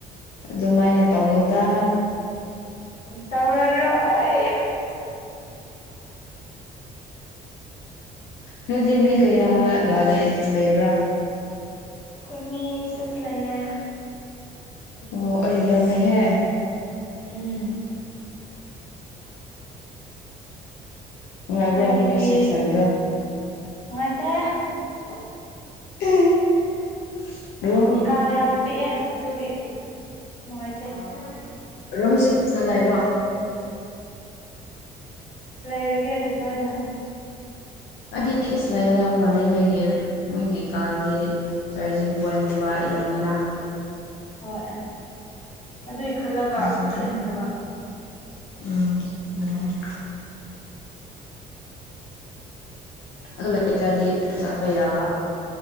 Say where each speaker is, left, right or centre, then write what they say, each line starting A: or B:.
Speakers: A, on the left; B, on the left.
A: ꯑꯗꯨꯃꯥꯏꯅ ꯇꯧꯅꯨꯗ
B: ꯇꯦꯔ꯭ꯔꯣꯏ
A: ꯅꯣꯏꯗꯤ ꯃꯤ ꯀꯩ ꯀꯌꯥꯒ ꯂꯩꯕ꯭ꯔꯥ
B: ꯑꯩꯀꯣꯏ ꯃꯤ ꯁꯤꯛꯁ ꯂꯩꯌꯦ꯫
A: ꯑꯣ ꯑꯩꯌꯥꯃꯦꯍꯦ
B: ꯎꯝ
A: ꯅꯨꯡꯉꯥꯏꯕ꯭ꯔꯣ
B: ꯅꯣꯏꯒꯤꯗꯤ
A: ꯃꯤ ꯁꯤꯛꯁ ꯂꯩꯕꯗꯣ
B: ꯅꯨꯉꯥꯏꯇꯦ ꯫
A: <unintelligible>
B: ꯀꯥ ꯌꯥꯝ ꯄꯤꯛꯑꯦ ꯑꯗꯨꯒꯤ ꯅꯨꯡꯉꯥꯏꯇꯦ
A: ꯑ ꯔꯝꯁꯤꯁꯅ ꯂꯩ ꯍꯥꯏꯔꯣ
B: ꯑꯁ ꯂꯩꯔꯒꯦ ꯑꯗꯨꯗ ꯑꯣꯏꯅ
A: ꯍꯥꯏꯗꯤ ꯏꯁ ꯂꯩꯒꯗꯕ ꯃꯥꯟꯗꯩ ꯅꯣꯏꯒꯤ ꯅꯣꯏꯒꯤ ꯀꯥꯗꯗꯤ ꯆꯥꯔꯖꯤꯡ ꯄꯣ꯭ꯏꯟꯒꯨꯝꯕ ꯌꯥꯝꯃꯤꯅ
B: ꯍꯣꯏ ꯑꯗꯨꯏ ꯈꯜꯂꯒ
A: ꯊꯥꯖꯗꯦ
B: ꯆꯠꯅꯤꯡꯗꯕ
A: ꯎꯝ ꯑꯗꯨ ꯑꯗꯨ ꯂꯩꯇ꯭ꯔꯗꯤ ꯆꯠꯄ ꯌꯥꯕ